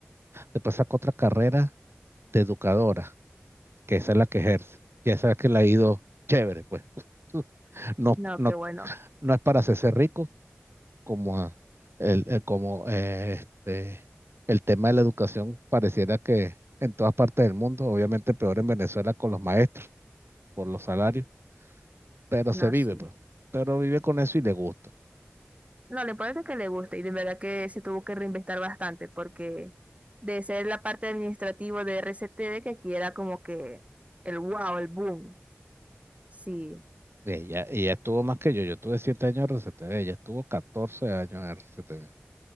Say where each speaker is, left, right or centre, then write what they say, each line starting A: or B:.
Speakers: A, on the right; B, on the right.
A: Después sacó otra carrera de educadora, que esa es la que ejerce, y esa es la que le ha ido chévere, pues. <laughs> No,
B: No,
A: no,
B: qué bueno.
A: no es para hacerse rico, como a- el, el- como eh, este, el tema de la educación pareciera que en todas partes del mundo, obviamente peor en Venezuela con los maestros, por los salarios, pero
B: No,
A: se vive,
B: sí.
A: pues, pero vive con eso y le gusta.
B: No, lo importante es que le guste y de verdad que se tuvo que reinventar bastante porque de ser la parte administrativa de RCTD que aquí era como que el wow, el boom. Sí.
A: Ella, ella estuvo más que yo, yo tuve siete años en RCTV, ella estuvo 14 años en RCTV.